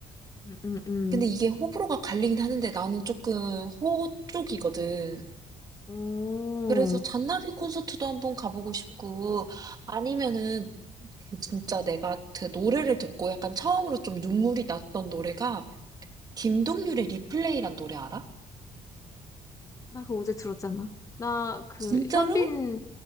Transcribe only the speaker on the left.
음, 음, 음.
오.
나 그거 어제 들었잖아. 나 그
현빈,